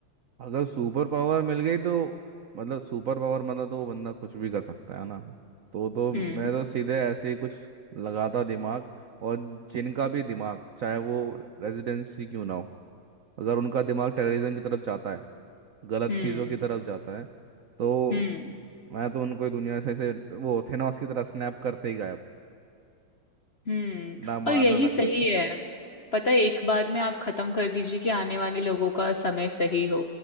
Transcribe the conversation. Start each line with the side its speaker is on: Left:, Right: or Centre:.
Right: अगर सुपर पावर मिल गई तो मतलब सुपर पावर मतलब तो वो बंदा कुछ भी कर सकता है ना तो तो मैं
Left: हम्म
Right: तो सीधे ऐसे ही कुछ लगाता दिमाग और जिनका भी दिमाग चाहे वो रेजिडेंसी क्यों ना हो अगर उनका दिमाग टेररिज्म की तरफ जाता है गलत
Left: हम्म
Right: चीज़ों की तरफ जाता है तो
Left: हम्म
Right: मैं तो उनको ही दुनिया से ऐसे वो थेनोस की तरह स्नैप करते ही गायब
Left: हम्म
Right: ना मारना
Left: और यही
Right: ना
Left: सही
Right: कुछ
Left: है पता है एक बार में आप खत्म कर दीजिए कि आने वाले लोगों का समय सही हो